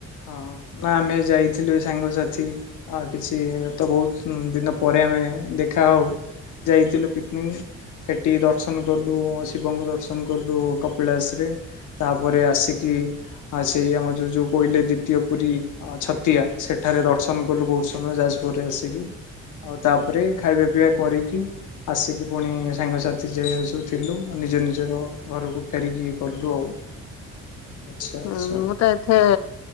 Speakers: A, on the left (about 80°); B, on the left (about 60°).
A: ହଁ ନା ଆମେ ଯେ ଯାଇଥିଲୁ ସାଙ୍ଗସାଥି, ଆ କିଛି ତ ବହୁତ ଦିନ ପରେ ଆମେ ଦେଖା ହଉ ଯାଇଥିଲୁ ପିକନିକ। ସେଠି ଦର୍ଶନ କଲୁ ଶିବଙ୍କୁ ଦର୍ଶନ କଲୁ କପିଳାସ ରେ, ତାପରେ ଆସିକି ଆ ସେଇ ଆମର ଯୋଉ ଯୋଉ କୋଇଲି ଦ୍ୱିତୀୟ ପୁରୀ ଆ ଛତିଆ ସେଠାରେ ଦର୍ଶନ କଲୁ ବହୁତ ସମୟ ଯାଜପୁରରେ ଆସିକି। ଆଉ ତାପରେ ଖାଇବା ପିଇବା କରିକି ଆସିକି ପୁଣି ସାଙ୍ଗସାଥି ଯେ ସବୁ ଥିଲୁ। ନିଜ ନିଜର ଘରକୁ ଫେରିକି କଲୁ ଆଉ। ଆଚ୍ଛା
B: ହୁଁ
A: ଆଚ୍ଛା
B: ମୁଁ ତ ଏଥେ